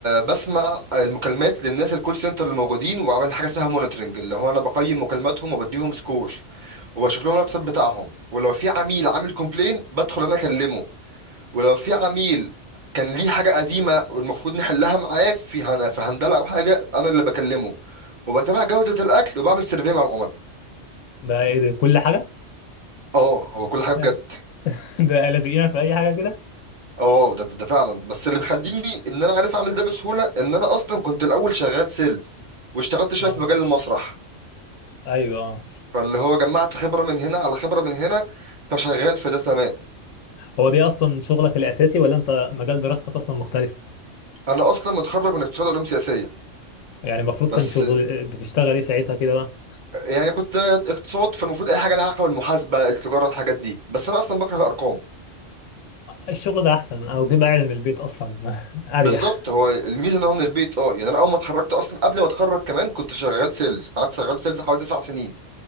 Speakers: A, on the right (about 45°); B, on the left (about 85°).
A: بسمع المكالمات للناس الكول سنتر اللي موجودين وعامل حاجه اسمها مونيتورنج اللي هو انا بقيم مكالماتهم وبديهم سكور وبشوف لهم الواتساب بتاعهم ولو في عميل عامل كومبلين بدخل انا اكلمه ولو في عميل كان ليه حاجه قديمه والمفروض نحلها معاه في هن... في هندله او حاجه انا اللي بكلمه وبتابع جوده الاكل وبعمل سيرفي مع العملاء
B: ده ايه ده كل حاجه؟
A: اه هو كل حاجه بجد
B: آه. <laughs> ده لازقينك في اي حاجه كده؟
A: اه ده ده فعلا بس اللي مخليني ان انا عارف اعمل ده بسهوله ان انا اصلا كنت الاول شغال سيلز واشتغلت شويه
B: اه
A: في مجال المسرح
B: ايوه اه
A: فاللي هو جمعت خبره من هنا على خبره من هنا فشغال في ده تمام
B: هو دي اصلا شغلك الاساسي ولا انت مجال دراستك اصلا مختلف؟
A: انا اصلا متخرج من اقتصاد علوم سياسيه
B: يعني المفروض
A: بس
B: كان شغل بتشتغل ايه ساعتها كده بقى؟
A: يعني كنت اقتصاد فالمفروض اي حاجه لها علاقه بالمحاسبه التجاره الحاجات دي بس انا اصلا بكره الارقام
B: الشغل ده احسن او بيبقى قاعد من البيت اصلا <laughs>
A: بالظبط
B: اريح
A: هو الميزه ان هو من البيت اه يعني انا اول ما اتخرجت اصلا قبل ما اتخرج كمان كنت شغال سيلز قعدت شغال سيلز حوالي تسع سنين